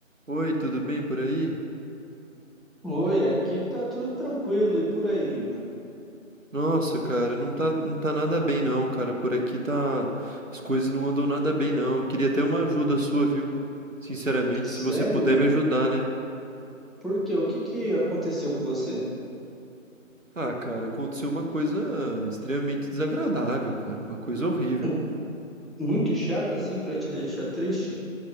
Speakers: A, on the right; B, in the centre.
A: Oi, tudo bem por aí?
B: Oi, aqui tá tudo tranquilo e por aí, Igor?
A: Nossa, cara, não tá, não tá nada bem não, cara. Por aqui tá. As coisas não andam nada bem não. Queria até uma ajuda sua, viu? Sinceramente,
B: Sério,
A: se você puder me
B: Igor?
A: ajudar, né?
B: Por quê? O que que aconteceu com você?
A: Ah, cara, aconteceu uma coisa extremamente desagradável, cara. Uma coisa horrível.
B: O- Muito chato assim pra te deixar triste?